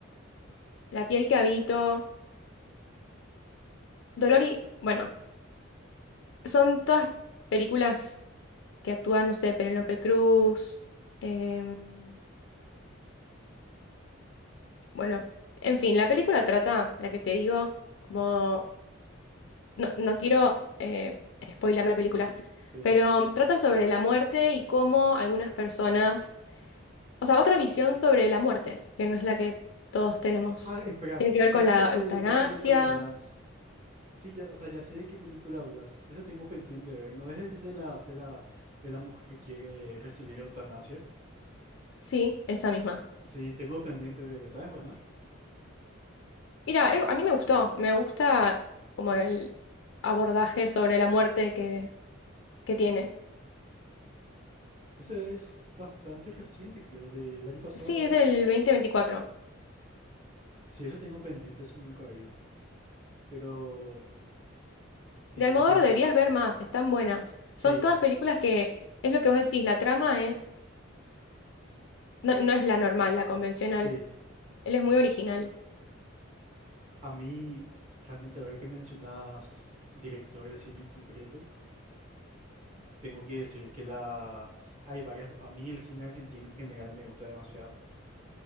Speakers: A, on the left; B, on the right.
A: La piel que habito, Dolor y... Bueno, son todas películas que actúan, no sé, Penélope Cruz. em, bueno, en fin, la película trata, la que te digo, como... No, no quiero eh, spoilear la película,
B: sí.
A: pero trata sobre la muerte y cómo algunas personas o sea, otra visión sobre la muerte, que no es la que todos tenemos.
B: Ah, espera,
A: Tiene que ver
B: creo
A: con
B: que
A: la
B: ya sé,
A: eutanasia,
B: ya sé de cuál hablas. Sí, ya, o sea, ya sé de qué película hablas. Esa tengo pendiente de ver. ¿No es el de la, de la, de la mujer que quiere recibir eutanasia?
A: sí, esa misma.
B: Sí, tengo pendiente de ver esa. ¿Es buena?
A: Mira, eh, a mí me gustó, me gusta como el abordaje sobre la muerte que, que tiene.
B: Esa es bastante reciente, creo, del año pasado,
A: Sí,
B: ¿verdad?
A: es del 2024.
B: Sí, esa tengo pendiente, esa nunca vi. Pero en
A: De Almodóvar
B: lo que...
A: deberías ver más, están buenas.
B: Sí,
A: Son todas películas que, es lo que vos decís, la trama es, no, no es la normal, la convencional.
B: sí.
A: Él es muy original.
B: A mí, realmente, ahora que mencionas director de cine en concreto, tengo que decir que las... Hay varias... A mí el cine argentino en general me gusta demasiado.